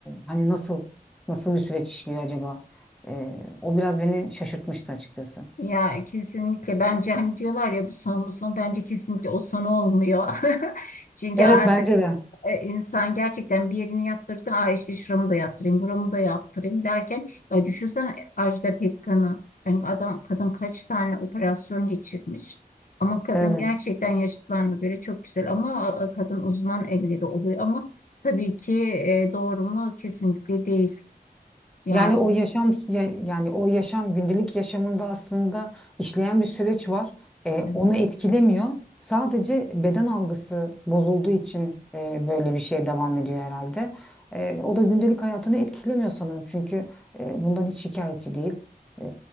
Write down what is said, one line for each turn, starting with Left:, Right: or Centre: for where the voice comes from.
Centre: hani nasıl nasıl bir süreç işliyor acaba? E, o biraz beni şaşırtmıştı açıkçası.
Left: Ya kesinlikle bence hani diyorlar ya bu son bu son bence kesinlikle o son olmuyor. <laughs> Çünkü
Centre: Evet
Left: artık
Centre: bence de.
Left: e, insan gerçekten bir yerini yaptırdı. Aa işte şuramı da yaptırayım, buramı da yaptırayım derken ya düşünsene Ajda Pekkan'ı. Yani adam kadın kaç tane operasyon geçirmiş. Ama kadın
Centre: Evet.
Left: gerçekten yaşıtlarına göre çok güzel ama e, kadın uzman elleri oluyor ama tabii ki e, doğru mu kesinlikle değil yani.
Centre: Yani o yaşam ya- yani o yaşam gündelik yaşamında aslında işleyen bir süreç var. E,
Left: Evet.
Centre: onu etkilemiyor. Sadece beden algısı bozulduğu için e, böyle bir şey devam ediyor herhalde. E, o da gündelik hayatını etkilemiyor sanırım. Çünkü e, bundan hiç şikayetçi değil. E,